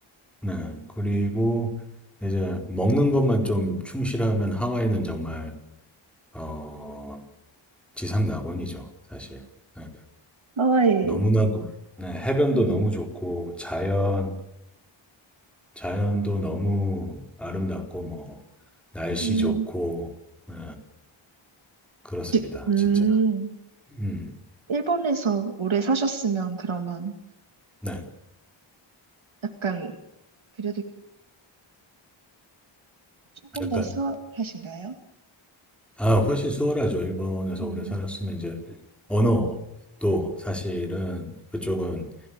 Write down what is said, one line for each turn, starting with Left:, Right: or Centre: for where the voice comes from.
Centre: 네. 그리고 이제 먹는 것만 좀 충실하면 하와이는 정말 어, 지상 낙원이죠, 사실. 네,
Right: 하와이.
Centre: 너무나도 네, 해변도
Right: 음,
Centre: 너무 좋고 자연 자연도 너무 아름답고 뭐 날씨
Right: 음,
Centre: 좋고 네, 그렇습니다,
Right: 지- 음,
Centre: 진짜. 음,
Right: 일본에서 오래 사셨으면 그러면
Centre: 네,
Right: 약간 그래도 조금
Centre: 약간
Right: 더 수월하신가요?
Centre: 아, 훨씬 수월하죠. 일본에서
Right: 음.
Centre: 오래 살았으면 이제 언어도 사실은 그쪽은